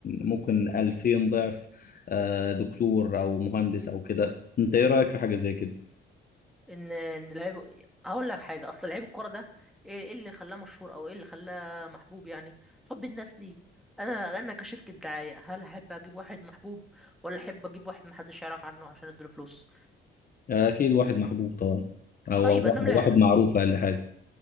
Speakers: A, on the left; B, in the centre.
A: ممكن 2000 ضعف آه، دكتور او مهندس او كده انت ايه رايك في حاجه زي كده
B: ان ان لعيب هقول لك حاجه اصل لعيب الكوره ده ايه إيه اللي خلاه مشهور او ايه اللي خلاه محبوب يعني حب الناس ليه انا انا كشركه دعايه هل احب اجيب واحد محبوب ولا احب اجيب واحد محدش يعرف عنه عشان اديله فلوس
A: اكيد واحد محبوب طبعا او
B: طيب
A: أو واحد
B: ادام
A: أو واحد معروف اقل حاجه